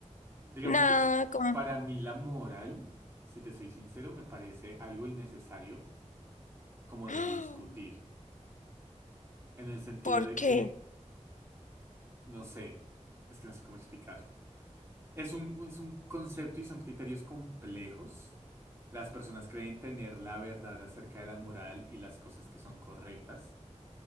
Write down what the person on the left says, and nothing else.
nada,
como...
<gasps>
¡Ah!
¿Por
qué?